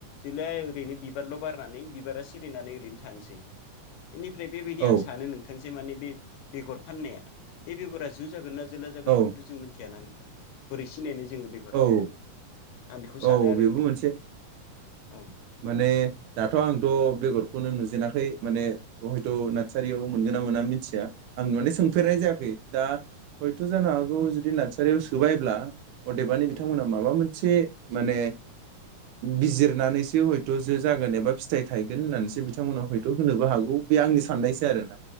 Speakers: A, on the left; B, on the right.
A: जोलाया ओरैनो बिबारल बारनानै बिबारा सिरिनानै ओरैनो थानसै । इनिफ्राय बेबायदि
B: औ
A: आं सानो नोंथां। जे माने बे बेगर फाननाय बे सेंग्रा जो जागोना जो। जोला जगोन
B: औ
A: बेखौथ जों मिथियाना। बोरै सिनायनो‌। जोङो बेगोराव
B: औ
A: आं बेखौ
B: औ
A: सानो आरो
B: बेबो
A: नोंथां
B: मोनसे
A: । औ।
B: माने दाथ आंथ बेगरखौनो नुजेनाखै माने हयथ नार्सारियाव मोनगोन ना मोना मिथिया। आं माने सोंफेरनाय जायाखै दा हयथ' जानो हागौ जुदि नारसारियाव सोबायब्ला अदेबानि
A: औ
B: बिथांमोना माबा मोनसे माने बिजिरनानैस बे हयथ जो जागोन एबा फिथाइ थायगोन होननानैसो बि बिथांमोनाव हैथु
A: औ
B: होनोबो हागौ बे आंनि साननायसो आरोना